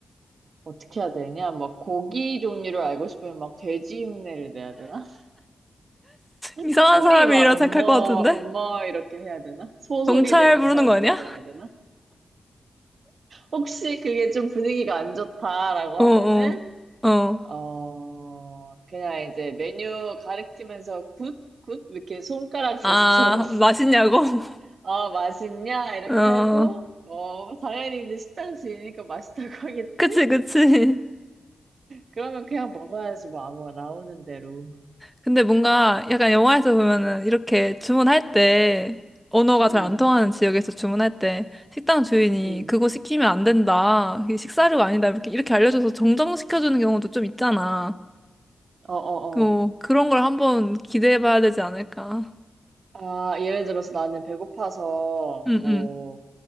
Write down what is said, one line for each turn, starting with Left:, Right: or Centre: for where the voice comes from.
Right: 어떻게 해야 되냐? 막 고기 종류를 알고 싶으면 막 돼지 흉내를 내야 되나? <laughs>
Centre: 음. 이상한
Right: 소리
Centre: 사람이라
Right: 막 음머,
Centre: 생각할 것 같은데?
Right: 음머 이렇게 해야 되나? 소소리
Centre: 경찰
Right: 내면서
Centre: 부르는 거
Right: 물어봐야
Centre: 아니야?
Right: 되나? 혹시 그게 좀 분위기가 안 좋다라고
Centre: 어,
Right: 하면은,
Centre: 어, 어.
Right: 어, 그냥 이제 메뉴 가리키면서 굿? 굿? 이렇게 손가락 제스처로
Centre: 아, 맛있냐고?
Right: 어, 맛있냐? 이렇게
Centre: <laughs> 어,
Right: 하고, 어, 당연히 근데 식당 주인이니까 맛있다고 <laughs> 하겠지?
Centre: 그치, 그치.
Right: 그러면 그냥 먹어야지, 뭐, 아무거나 나오는 대로.
Centre: 근데 뭔가 약간 영화에서 보면은 이렇게 주문할 때, 언어가
Right: 응,
Centre: 잘 안 통하는 지역에서 주문할 때, 식당 주인이
Right: 응.
Centre: 그거 시키면 안 된다. 이게 식사료가 아니다. 이렇게, 이렇게 알려줘서 정정시켜주는 경우도 좀 있잖아.
Right: 어, 어,
Centre: 그, 뭐,
Right: 어.
Centre: 그런 걸 한번 기대해 봐야 되지 않을까.
Right: 아, 예를 들어서 나는 배고파서,
Centre: 음,
Right: 뭐,
Centre: 음,